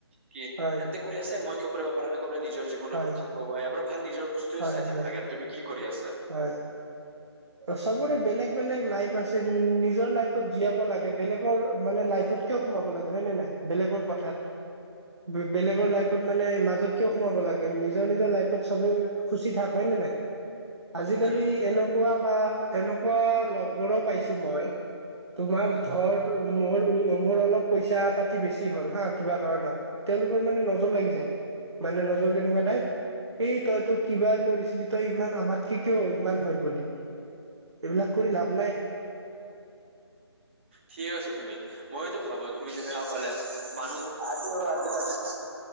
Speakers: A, on the right (about 25°); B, on the right (about 75°).
A: কি সিহঁতে
B: হয়
A: কৰি আছে মই কিয় কৰিব পাৰা নাই। সেইফালে নিজৰ জীৱনৰ
B: হয়
A: ধ্বংস ইয়াৰ পৰা ভাল নিজৰ বস্তুৱয়ে
B: হয়
A: চাই থাকিব
B: হয়
A: লাগে আৰু তুমি কি কৰি আছা।
B: হয় চবৰে বেলেগ বেলেগ লাইফ আছে নিজৰ। নিজৰ লাইফত জিয়াব লাগে বেলেগে লাইফত কিয় সোমাব লাগে হয় ন নাই বেলেগৰ কথাত। বেলেগৰ লাইফত মানে মাজত কিয় সোমাব লাগে নিজৰ নিজৰ লাইফত। চবে খুচি থাক হয় নে নাই। আজিকালি
A: উম
B: এনেকুৱা বা এনেকুৱা লগৰো পাইছোঁ মই। তোমাৰ ধৰ মোৰ মোৰ অলপ পইচা পাতি বেছি হ'ল হা কিবা কাৰণত। তেওঁলোকৰ মানে নজৰ লাগি যায় মানে নজৰ কেনেকুৱা টাইপ এই। তই তো কিবাই কৰিছিলি তই ইমান আমাতকে কিয় ইমান হৈ গলি। এইবিলাক কৰি লাভ নাই
A: ঠিক আছ তুমি মই। ভাব তুমি যেনেকুৱা ক'লা মানুহ আজি আজি কালি।